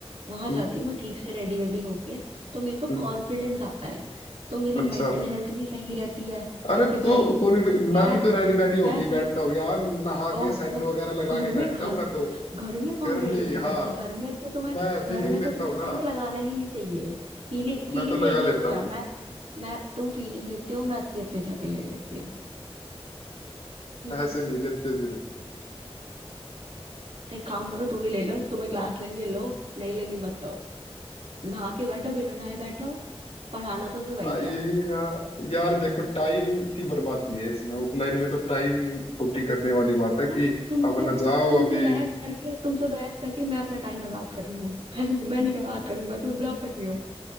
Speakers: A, on the right; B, on the left.
A: वहां
B: हम्म
A: जाती हूँ मैं ठीक से रेडी वेडी होके तो मेरे को
B: हम्म
A: कॉन्फिडेंस आता है तो मेरी
B: अच्छा
A: मेंटल हेल्थ भी सही रहती है
B: अरे
A: कि भाई
B: तो कौन
A: मैं
B: मैं भी तो रेडी वेडी होके
A: मैं
B: ही
A: फिर
B: बैठता हूँ यार नहा
A: ओहो
B: के सेंट वगैरह लगा
A: घर
B: के
A: में
B: बैठता
A: घर
B: हूँ मैं तो
A: घर में कौन
B: घर
A: रेडियो
B: में ही
A: के बैठता
B: हाँ
A: है घर में तो तुम्हें
B: मैं फीलिंग
A: घर में तो
B: लेता
A: तुम्हें
B: हूँ ना
A: सेंट लगाना ही नहीं चाहिए फीलिंग
B: मैं
A: फीलिंग
B: तो लगा
A: लेने
B: लेता
A: को
B: हूँ
A: क्या मैं मैं तुम फीलिंग लेते हो मैं असलियत में जाके ले लेती हूँ हम्म
B: ऐसे नहीं लेते फिर।
A: एक काम करो तुम ही ले लो तुम्हें क्लास लेनी है लो नहीं लेनी मत दो नहा के बैठो बिना नहाए बैठो पढ़ाना तो सिर्फ
B: आ,
A: वही
B: यही
A: है
B: यार यार देखो टाइम की बर्बादी है इसमें ऑफलाइन में तो टाइम खोटी करने वाली बात है
A: और
B: कि
A: तुमसे
B: अपना जाओ
A: तुमसे
B: अभी
A: बहस करके तुमसे बहस करके मैं अपना टाइम बर्बाद कर रही हूँ <laughs> मैं नहीं- मैं नहीं क्या बात कर रही हूँ मैं तुम्हें ब्लॉक कर रही हूँ